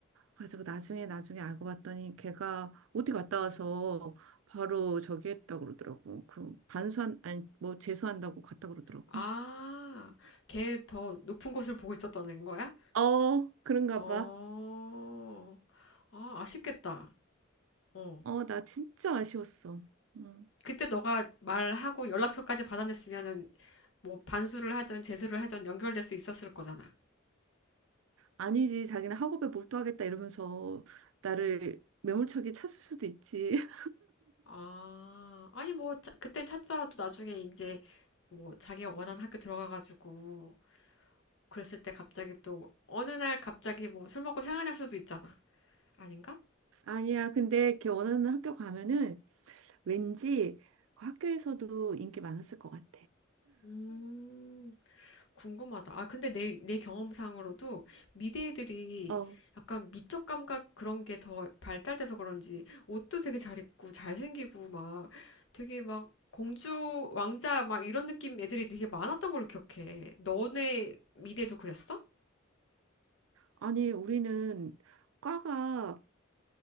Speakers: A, on the right (about 85°); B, on the left (about 70°).
A: 그래가지고 나중에 나중에 알고 봤더니 걔가 어디 갔다 와서 바로 저기 했다 그러더라고. 그 반수한 아니 뭐 재수한다고 갔다 그러더라고.
B: 아, 걔 더 높은 곳을 보고 있었던 앤 거야?
A: 어 그런가
B: 어,
A: 봐.
B: 아, 아쉽겠다. 어.
A: 어 나 진짜 아쉬웠어. 음.
B: 그때 너가 말하고 연락처까지 받아냈으면은 뭐 반수를 하든 재수를 하든 연결될 수 있었을 거잖아.
A: 아니지, 자기는 학업에 몰두하겠다 이러면서 나를 매몰차게 찾을 수도 있지. <laughs>
B: 아, 아니 뭐 자- 그땐 찾더라도 나중에 이제 뭐 자기가 원하는 학교 들어가가지고 그랬을 때 갑자기 또 어느 날 갑자기 뭐 술 먹고 생각날 수도 있잖아. 아닌가?
A: 아니야, 근데 걔 원하는 학교 가면은 왠지 그 학교에서도 인기 많았을 것 같아.
B: 음. 궁금하다. 아, 근데 내, 내 경험상으로도 미대애들이
A: 어.
B: 약간 미적 감각 그런 게 더 발달돼서 그런지 옷도 되게 잘 입고 잘생기고 막 되게 막 공주, 왕자 막 이런 느낌 애들이 되게 많았던 걸로 기억해. 너네 미대도 그랬어?
A: 아니, 우리는 과가